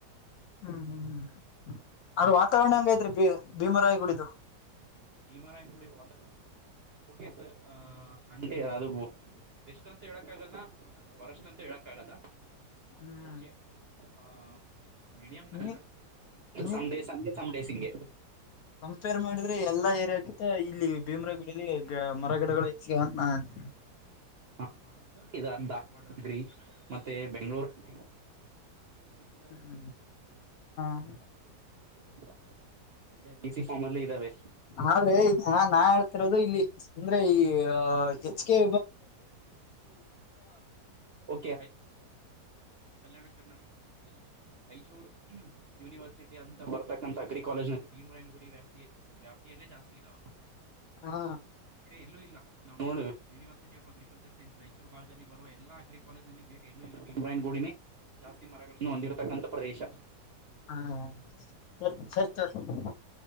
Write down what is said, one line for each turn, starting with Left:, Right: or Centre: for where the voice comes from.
Left: ಹ್ಮ್ ಹ್ಮ ಅದ್ ವಾತಾವರ್ಣ ಹಂಗ ಐತ್ರಿ ಭೀಮರಾಯಿ ಗುಡಿದು.
Right: ಭೀಮರಾಯನ್ ಗುಡಿದು ವಾತಾವರ್ಣ ಚಲೋ <unintelligible> ಓಕೆ ಸರ್ ಅಂಗೇ ಅದು. ಬೆಸ್ಟಂತು ಹೇಳಕ್ ಆಗಲ್ಲ ಅತಗ ವರಷ್ಟ ಅಂತನು ಹೇಳಕ್ ಆಗಲ್ಲ.
Left: ಹ್ಮ್
Right: ಓಕೆ ಹಾ ಮೀಡಿಯಂನಾ
Left: ನೀ ನೀ
Right: ಸಮ್ಡೇಸ್ ಹಂಗೆ ಸಮ್ಡೇಸ್ ಹಿಂಗೆ.
Left: ಕಂಪೇರ್ ಮಾಡಿದ್ರೆ ಎಲ್ಲ ಏರಿಯಾ ಕಿತ ಇಲ್ಲಿ ಬೀಮ್ರಾಯ್ ಗುಡಿಲಿ ಮರ ಗಿಡಗಳು ಹೆಚ್ಚಿಗೆ ಹಾವ ಅಂತ ನಾ ಅಂತ್.
Right: ಹಾ ಇದೊರಿ ಇದರ್ ಧಾರ್ವಾಡ್ವಾಗ್ರಿ ಮತ್ತೆ ಬೆಂಗ್ಳೂರಾಗ್ರಿ. ಫುಲ್ ಟ್ರೀಸ್ ಇದಾವೆ
Left: ಹ್ಮ್
Right: <unintelligible>
Left: ಹ
Right: ಬೆಂಗ್ಳೂರಗ್ರಿ ಇಲ್. ಏ ಬಿ ಸಿ ಫಾರ್ಮ್ ಅಲ್ಲೇ ಇದಾವೆ.
Left: ಆದ್ರೆ ನಾ ನಾ ಹೇಳ್ತಿರೋದು ಇಲ್ಲಿ ಅಂದ್ರೆ ಇ ಆ. H K.
Right: ಓಕೆ ಆಯ್ತು. ಕಲ್ಯಾಣ ಕರ್ನಾಟಕ ಭಾಗದ. ಲಿ ರಾಯ್ಚೂರು ಯೂನಿವರ್ಸಿಟಿ ಅಂತ ಬರ್ತಕ್ಕಂತ ಅಗ್ರಿ ಕಾಲೇಜ್ನಲ್ಲಿ ಭೀಮರಾಯ್ನ ಗುಡಿ ವ್ಯಾಪ್ ಪಿ ವ್ಯಾಪ್ತಿಯಲ್ಲಿ ಜಾಸ್ತಿ ಇದಾವ.
Left: ಹಾ
Right: ಏ ಎಲ್ಲೂ ಇಲ್ಲ ನಾವ್ ನೋಡ್ university of agri agriculture science ಭಾಗದಲ್ಲಿ ಬರುವ ಎಲ್ಲ ಅಗ್ರಿ ಕಾಲೇಜಿನಲ್ಲಿ ಬೇರೆ ಎಲ್ಲೂ ಇಲ್ಲ ಬಿಮ್ರಯನ್ ಗುಡಿನೇ. ಜಾಸ್ತಿ ಮರಗಳನ್ನು ಹೊಂದಿರ್ತಕ್ಕಂಥ ಪ್ರದೇಶ.
Left: ಹಾ ಸರ್ ಸರ್ ತೊಗೋರಿ.